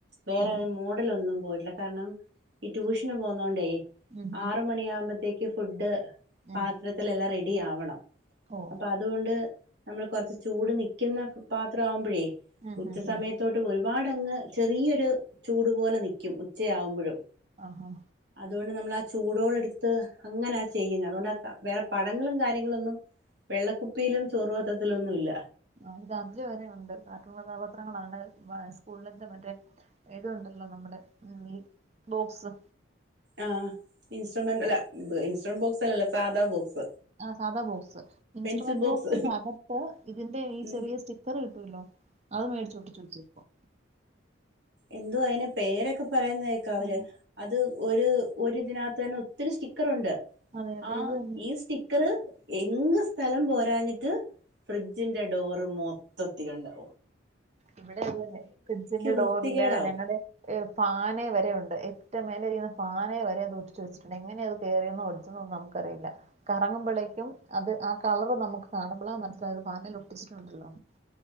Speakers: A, on the right; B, on the right.
A: വേറെ
B: ആ
A: മോ ട്ട്ലൊന്നും പോയിട്ടില്ല കാരണം ഈ ട്യൂഷന് പോന്നോണ്ടെ
B: ഉം ഉം
A: ആറുമണിയാമ്പത്തേക്ക് ഇ ഫുഡ്ഡ് പാത്രത്തിലെല്ലാം
B: ഉം
A: റെഡി ആവണം
B: ഓ
A: അപ്പ അതുകൊണ്ട് നമ്മൾ കുറച്ച് ചൂട് നിക്കുന്ന പാത്ര ആവുമ്പോഴേ
B: ഉം
A: ഉച്ചസമയ
B: ഉം ഉം
A: തോട്ട് ഒരുപാടങ്ങ് ചെറിയൊരു ചൂട് പോലെ നിക്കും ഉച്ചയാവുമ്പഴും
B: ആഹ് ആഹ്
A: അതുകോണ്ട് നമ്മൾ ആ ചൂടോടെടുത്ത് അങ്ങനേ ചെയ്യുന്നെ അതുകൊണ്ട് ആ വേറെ പടങ്ങളും കാര്യങ്ങളോന്നും വെള്ളക്കുപ്പിയിലും ചോറ്പാത്രത്തിലൊന്നും ഇല്ല
B: ആ ഇത് അർജു വരെ ഉണ്ട് കാർട്ടൂൺ കഥാപത്രങ്ങളാണേൽ സ്കൂളിലത്തെ മറ്റേ ഇത് ണ്ടല്ലോ നമ്മുടെ ഉ ഈ ബോക്സ്‌
A: ആഹ് ഇൻസ്ട്രുമെന്റ് അല്ല ഇൻസ്ട്രുമെന്റ് ബോക്സല്ല സാധാ ബോക്സ്
B: ആ സാദാ ബോക്സ് ഇൻസ്ട്രുമെന്റ്
A: പെൻസിൽ ബോക്സ്
B: ബോക്സിനകത്ത്, ഇതിന്റെ ഈ
A: ഉം
B: ചെറിയ സ്റ്റിക്കർ കിട്ടോല്ലോ അത് മേടിച്ച് ഒട്ടിച്ചുവെച്ചേക്കുവാ!
A: എന്തുവാ അയ്ന് പേരൊക്കെ പറയുന്നകേൾക്ക അവര്
B: ആ
A: അത് ഒരു ഒര്തിനകത്തു തന്നെ ഒത്തിരി സ്റ്റിക്കറുണ്ട്
B: അതെ അതെ
A: ആഹ്
B: ഇത് തന്നെ
A: ഈ സ്റ്റി ക്കർ എങ്ങും സ്ഥലം പോരാഞ്ഞിട്ട് ഫ്രിഡ്ജിന്റെ ഡോറ് മോ തത്തിലുണ്ടവും
B: ഇവിടെ അത് തന്നെ ഫ്രിഡ്ജിന്റെ
A: വൃത്തികേടാവും
B: ഡോറ്ല് ഞങ്ങടെ ഹ് ഫാനെ വരെ ഉണ്ട് ഏറ്റും മേലെ ഇരിക്കുന്ന ഫാനെവരെത് ഒട്ടിച്ചു വെച്ചിട്ടുണ്ട് എങ്ങനെത് കേറിയന്നോ ഒ തോന്നും നമുക്കറീല്ല! കറങ്ങുമ്പോളെക്കും അത് ആഹ് കളറ് നമുക്ക് കാണുമ്പോളാ മനസ്സിലായത് ഫാനിൽ ഒട്ടിച്ചിട്ടുണ്ടല്ലോന്ന്